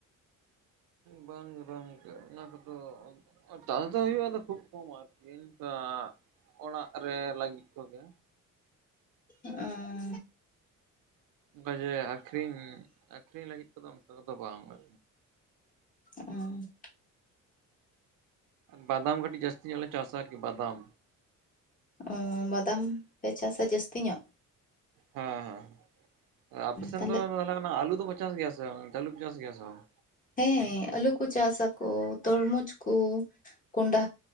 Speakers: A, on the right; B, on the left.
A: ᱵᱟᱝᱜᱮ ᱵᱟᱝᱜᱮ ᱚᱱᱟ ᱠᱚᱫᱚ ᱛᱟᱥ ᱫᱚ ᱦᱩᱭᱩᱜᱼᱟ ᱟᱫᱚ ᱠᱷᱩᱵ ᱠᱚᱢ ᱟᱨᱠᱤ ᱚᱱᱠᱟ ᱚᱲᱟᱜ ᱨᱮ ᱞᱟᱹᱜᱤᱫ ᱠᱚᱜᱮ᱾
B: ᱦᱮᱸ᱾
A: ᱚᱱᱠᱟ ᱡᱮ ᱟᱠᱷᱨᱤᱧ, ᱟᱠᱷᱨᱤᱧ ᱞᱟᱹᱜᱤᱫ ᱛᱮᱫᱚ ᱚᱱᱠᱟ ᱠᱚᱫᱚ ᱵᱟᱝ ᱜᱮ᱾
B: ᱩᱸ᱾
A: ᱵᱟᱫᱟᱢ ᱠᱟᱹᱴᱤᱡ ᱡᱟᱹᱥᱛᱤ ᱧᱚᱜ ᱞᱮ ᱪᱟᱥᱟ ᱟᱨᱠᱤ ᱵᱟᱫᱟᱢ᱾
B: ᱚᱸ ᱵᱟᱫᱟᱢ ᱯᱮ ᱪᱟᱥᱟ ᱡᱟᱹᱥᱛᱤ ᱧᱚᱜ?
A: ᱦᱮᱸ ᱦᱮᱸ ᱟᱯᱮ ᱥᱮᱱ
B: ᱛᱟᱦᱞᱮ
A: ᱫᱚ ᱛᱟᱦᱚᱞᱮ ᱟᱞᱩ ᱫᱚ ᱠᱚ ᱪᱟᱥ ᱜᱮᱭᱟ ᱥᱮ <unintelligible> ᱠᱚ ᱪᱟᱥ ᱜᱮᱭᱟ ᱥᱮ ᱵᱟᱝ?
B: ᱦᱮᱸ ᱟᱹᱞᱩ ᱠᱚ ᱪᱟᱥᱟ ᱠᱚ ᱛᱚᱨᱢᱩᱡᱽ ᱠᱚ ᱠᱚᱱᱰᱷᱟ